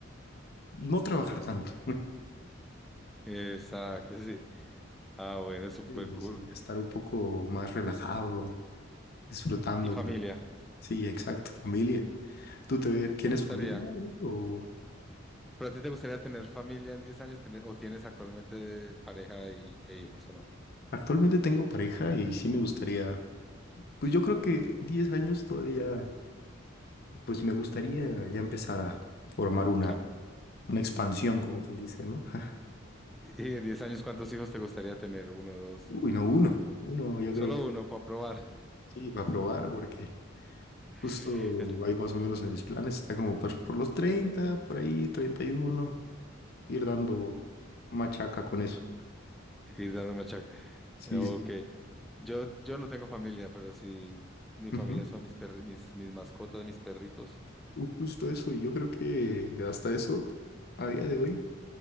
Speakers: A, on the left (about 50°); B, in the centre.
A: no trabajar tanto,
B: Exacto, <laughs> sí. Ah, bueno, súper
A: sí, sí,
B: cool.
A: sí, ya estar un poco más relajado, disfrutando
B: ¿Y familia?
A: Sí, exacto, familia. ¿Tú te, tienes
B: ¿Te gustaría?
A: familia o
B: ¿Pero a ti te gustaría tener familia en 10 años? ¿Tener- ¿O tienes actualmente pareja y, e hijos o no?
A: actualmente tengo pareja y sí me gustaría, pues yo creo que 10 años todavía, pues sí me gustaría ya empezar a formar una,
B: No.
A: una expansión, como quien dice, ¿no? <laughs>
B: ¿Y en 10 años cuántos hijos te gustaría tener? ¿Uno, dos?
A: Uy, no, uno, uno, yo
B: Solo
A: creo que
B: uno para probar.
A: sí, va a probar porque justo
B: <laughs> Es-
A: ahí más o menos en mis planes está como por, por los 30, por ahí 31, ir dando machaca con eso.
B: Ir dando machaca.
A: Sí,
B: Ok. Yo, yo no tengo familia, pero sí, mi
A: ujú,
B: familia son mis, perri- mis, mis mascotas, mis perritos. <laughs>
A: Justo eso, y yo creo que hasta eso, a día de hoy